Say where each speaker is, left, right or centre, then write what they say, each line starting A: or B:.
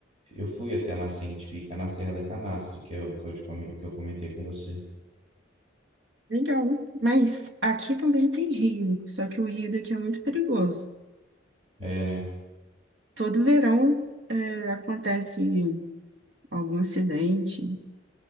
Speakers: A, on the right (about 30°); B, on the right (about 65°).
A: eu fui até a nascente, fica na Serra da Canastra, que eu, que eu, te, come- que eu comentei com você.
B: Legal. Mas aqui também tem rio, só que o rio daqui é muito perigoso.
A: É, né?
B: Todo verão é, acontece algum acidente,